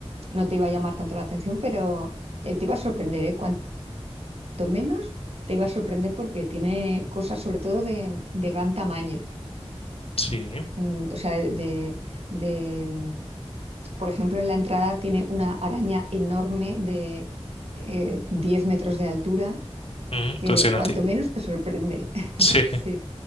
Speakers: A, on the right; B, on the left.
A: no te iba a llamar tanto la atención, pero eh, te iba a sorprender, ¿eh? Cuanto menos te iba a sorprender porque tiene cosas sobre todo de, de gran tamaño.
B: Sí,
A: Mm, o sea, de, de, mm, por ejemplo, en la entrada tiene una araña enorme de eh, 10 metros de altura
B: mm,
A: que
B: impresionante.
A: cuanto menos te sorprende. <laughs>
B: Sí,
A: Sí.